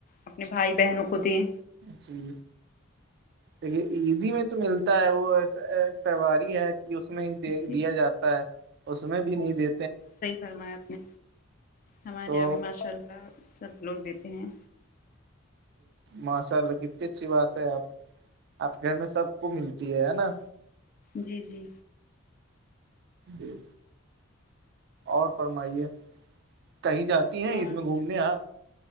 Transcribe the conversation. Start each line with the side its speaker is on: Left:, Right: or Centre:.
Left: اپنے بھائی بہنوں کو دیں
Right: جی دیکھیے عید ہی میں تو ملتا ہے وہسا تہواری ہے اس میں ہی دے
Left: جی
Right: دیا جاتا ہے اس میں بھی نہیں دی
Left: صحیح فرمایا اپ نے ہمارے
Right: تو
Left: ابھی ماشاء اللہ سب لوگ دیتے ہیں
Right: ماشاء اللہ کتنی اچھی بات ہے آپ آپ کے گھر میں سب کو مل تی ہے نا
Left: جی جی
Right: جی اور فرمائیے کہیں جاتی ہیں
Left: اور
Right: عید میں گھومنے آپ